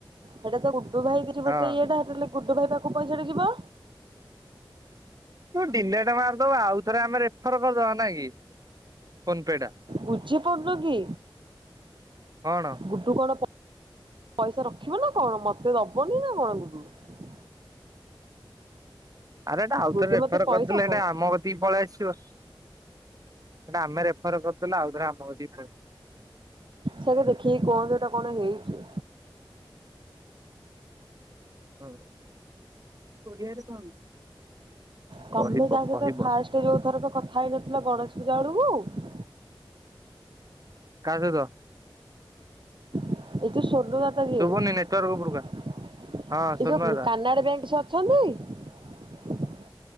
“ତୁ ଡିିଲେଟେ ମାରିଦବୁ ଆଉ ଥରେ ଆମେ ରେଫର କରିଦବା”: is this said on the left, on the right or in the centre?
Right